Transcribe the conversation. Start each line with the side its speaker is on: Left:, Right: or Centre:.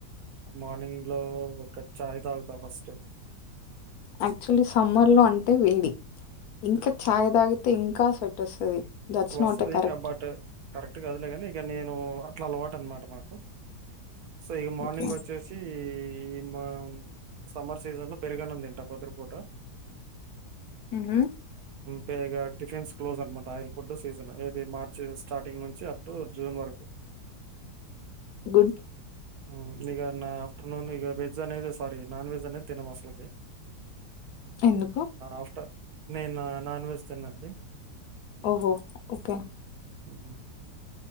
Right: మార్నింగ్ లో ఒక చాయ్ తాగుతా ఫస్ట్
Left: యాక్చువల్లీ సమ్మర్ లో అంటే వేడి ఇంకా ఛాయ్ తాగితే ఇంకా స్వెట్ వస్తది దట్స్
Right: వస్తుది
Left: నాట్ ఎ కరెక్ట్
Right: కా బట్ కరెక్ట్ కాదులే కాని ఇక నేను అట్ల అలవాటు అన్నమాట మాకు సో ఈ మార్నింగ్
Left: ఓకే
Right: వచ్చేసి ఈ మా సమ్మర్ సీజన్ లో పెరిగన్నం తింట పొద్దటి పూట
Left: ఉహు
Right: పేగా టిఫిన్స్ క్లోజ్ అన్నమాట ఆయిల్ ఫుడ్ సీజన్ ఏది మార్చ్ స్టార్టింగ్ నుంచి అప్ టు జూన్ వరకు
Left: గుడ్
Right: ఉమ్ ఇగ నా ఆఫ్టర్నూన్ ఇక వెజ్ అనేది సారీ నాన్ వెజ్ అనేది తినము అసలకి
Left: ఎందుకు
Right: ఆఫ్టర్ నేనా నాన్ వెజ్ తిననండి
Left: ఓహో ఓకే
Right: ఉహు